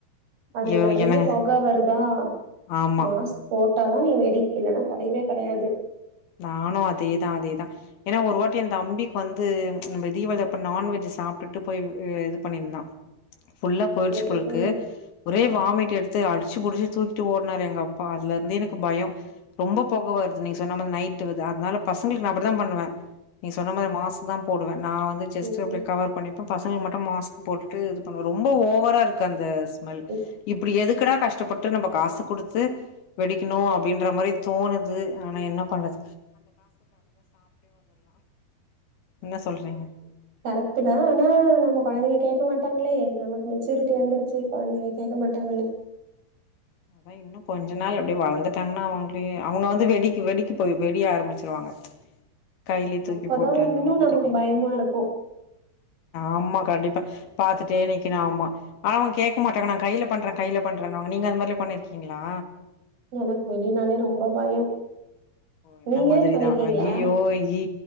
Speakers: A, on the right; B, on the left.
A: அதுல
B: ஐயோ
A: நெறைய
B: என்னங்க
A: போக வருது தான்
B: ஆமா
A: மாஸ்க் <inaudible> வெடி இல்லன்னா கடையவே கெடையாது
B: நானும் அதேதான் அதேதான் ஏன்னா ஒரு வாட்டி எந்த தம்பிக்கு வந்து நம்ம தீபளிப்ப நான்வெஜ்ஜ் சாப்பிட்டுட்டு போய் இது பண்ணிருந்தான் ஃபுல் ஆ போயிருச்சு
A: வெடி.
B: போலருக்கு
A: ம்,
B: ஒரே வாமிட் எடுத்து அ அடிச்சு பிடிச்சி தூக்கி ஓடினாரு எங்க அப்பா அதுலேந்து எனக்கு பயம் ரொம்ப போக வருது நீ சொன்ன மாறி அதனால பசங்களுக்கு நான அப்டிதான் பண்ணுவன் நீ சொன்ன மாறி மாஸ்க் தான் போடுவே நான் வந்து ஜஸ்ட்
A: ம்,
B: அப்டி கவர் பண்ணிப்பேன் பசங்க மட்டும் மாஸ்க் போட்டுட்டு ரொம்ப ஓவரா இருக்கு அந்த ஸ்மெல்
A: ம்.
B: இப்படி எதுக்குடா கஷ்டம் ப்பட்டு நம்ம காசு கொடுத்து வெடிக்கணும் அப்டின்னு ன்ற மாதிரி தோணுது ஆனால் என்ன பண்ணுறது என்ன சொல்றீங்க
A: கரெக்ட் தான் ஆனா நம்ம கெழந்தைங்க கேட்க மாட்டாங்களே நமக்கு மெச்சூரிட்டி வந்தருச்சு கெழந்தைங்க கேட்க மாட்டாங்கல்ல
B: அதான் இன்னும் கொஞ்ச நாள் எப்டி வளர்ந்துட்டாங்கன்னா அவங்களும் அவங்க வந்து வெடிக்கு வெடிக்கு போய் வெடிய ஆரம்பிச்சிருவாங்க கைல தூக்கி
A: அப்பதான்
B: போட்ட
A: இன்னும்
B: அந்த மாரி
A: நமக்கு பயமா இருக்கும்
B: ஆமா கண்டிப்பா பாத்தட்டே நிக்கனும் ஆமா அவங்க கேட்க மாட்டாங்க நான் கைல பண்றேன் கைல பண்ற நீங்க அது மாரி பண்ணிருக்கீங்களா
A: எனக்கு வெடினாலே ரொம்ப பயம்
B: அந்த
A: நீங்க
B: மாரிதான்
A: பண்ணிருக்கீங்களா
B: ஐயோ யோ